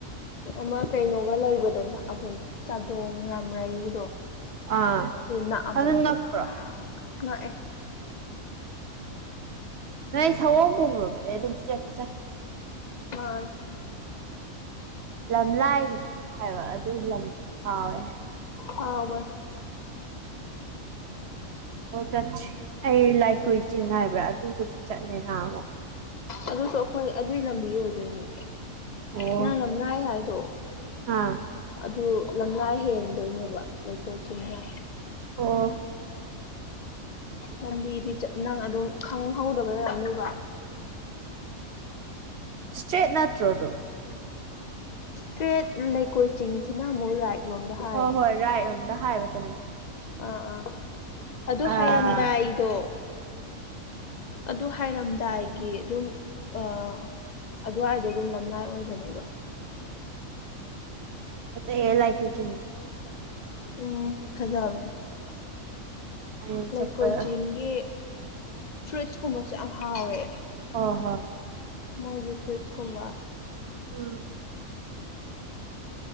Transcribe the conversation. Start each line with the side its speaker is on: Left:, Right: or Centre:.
Left: ꯑꯃ ꯀꯩꯅꯣꯒ ꯂꯩꯕꯗꯣ ꯅꯛꯑꯕꯅꯦ ꯆꯥꯗꯣꯡ ꯔꯥꯝꯔꯩꯒꯤꯗꯣ
Right: ꯑꯥ
Left: ꯑꯗꯨ ꯅꯛꯑꯕꯅꯦꯕ
Right: ꯑꯗꯨꯟꯅ꯭ꯔꯣ ꯇ
Left: ꯅꯛꯑꯦ
Right: ꯅꯣꯏ ꯁꯒꯣꯝ ꯄꯨꯣꯡꯈꯨꯕꯗ ꯑꯩ ꯑꯗꯨꯝ ꯏꯁꯇ꯭ꯔꯦꯇ ꯆꯠꯈꯤꯗꯣꯏ
Left: ꯃꯥ
Right: ꯂꯝꯂꯥꯏꯗꯨ ꯍꯥꯏꯕ ꯑꯗꯨ ꯂꯝ ꯐꯥꯎꯋꯦ ꯍꯥꯏ
Left: ꯍꯥꯎꯕꯁ
Right: ꯆꯠꯔꯤ ꯑꯩ ꯂꯥꯏꯀꯨ ꯆꯤꯟꯅꯥꯏꯕ꯭ꯔꯥ ꯑꯗꯨꯕꯨꯗꯤ ꯆꯠꯂꯦ ꯅꯍ ꯑꯃꯨ
Left: ꯑꯗꯨꯁꯨ ꯑꯩꯈꯣꯏ ꯑꯗꯨꯒꯤ ꯂꯝꯕꯤ ꯑꯣꯏꯗꯣꯏꯅꯦ
Right: ꯑꯣ
Left: ꯅꯪ ꯂꯝ ꯂꯥꯏ ꯍꯥꯏꯗꯣ
Right: ꯑꯥ
Left: ꯑꯗꯨ ꯂꯝꯂꯥ ꯍꯦꯟꯗꯣꯏꯅꯦꯕ ꯂꯩꯀꯣꯜ ꯆꯤꯡꯅ
Right: ꯑꯣ
Left: ꯂꯝꯕꯤꯗꯤ ꯅꯪ ꯑꯗꯨꯝ ꯈꯪꯍꯧꯗꯕ ꯌꯥꯔꯅꯤꯕ
Right: ꯁꯇꯦꯠ ꯅꯠꯇ꯭ꯔꯣ ꯑꯗꯨ
Left: ꯏꯁꯇ꯭ꯔꯦꯠ ꯂꯩꯀꯣꯏ ꯆꯤꯡꯁꯤꯅ ꯑꯃꯨꯛ ꯔꯥꯏꯠ ꯂꯣꯝꯗ ꯍꯥꯏꯕꯅꯦ
Right: ꯍꯣꯏ ꯍꯣꯏ ꯔꯥꯛꯔꯣꯝꯗ ꯍꯥꯏꯕ ꯀꯣ
Left: ꯑꯥ ꯑꯥ ꯑꯗꯨ
Right: ꯑ
Left: ꯍꯥꯏꯔꯝꯗꯥꯏꯗꯣ ꯑꯗꯨ ꯍꯥꯏꯔꯝꯗꯥꯏꯒꯤ ꯑꯗꯨꯝ ꯑ ꯑꯗꯨꯋꯥꯏꯗꯣ ꯑꯗꯨꯝ ꯂꯝꯂꯏ ꯑꯣꯏꯕꯅꯦꯕ
Right: ꯎꯝ ꯐꯁ ꯍꯥꯏ ꯀ ꯎꯆ
Left: ꯎꯝ ꯐꯖꯕꯅꯦ
Right: ꯑꯩꯅ
Left: ꯂꯩꯀꯣꯏ
Right: ꯆꯠꯄ ꯑꯁ
Left: ꯆꯤꯡꯒꯤ ꯐ꯭ꯔꯨꯏꯠꯁꯀꯨꯝꯕꯁꯨꯦ ꯌꯥꯝ ꯍꯥꯎꯋꯦ
Right: ꯑꯣ ꯍꯣ ꯍ
Left: ꯃꯣꯏꯒꯤ ꯐ꯭ꯔꯤꯖꯀꯨꯝꯕ
Right: ꯎꯝ